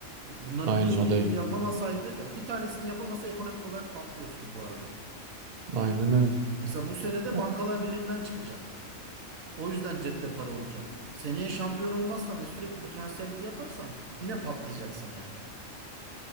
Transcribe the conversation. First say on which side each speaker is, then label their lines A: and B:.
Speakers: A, on the right; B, on the right.
A: E, Bunların
B: Aynen
A: hiçbirini
B: o da iyi.
A: yapamasaydı, ya bir tanesini yapamasa ekonomik olarak patlıyorsun bu arada.
B: Aynen öyle.
A: Mesela bu sene de
B: Ya,
A: Bankalar Birliği'nden çıkacaksın. O yüzden cepte para olacak. Seneye şampiyon olmazsan ve sürekli bu transferleri yaparsan yine patlayacaksın yani.